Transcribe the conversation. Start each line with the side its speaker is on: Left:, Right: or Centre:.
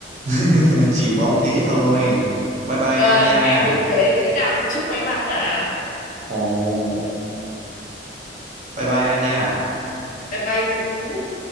Right: <laughs> Chỉ mong thế thôi. Bye bye
Left: Vâng,
Right: An nha.
Left: em bị trễ nửa năm, chúc may mắn ạ.
Right: Ồ, bye bye An nha.
Left: Bye bye Tú.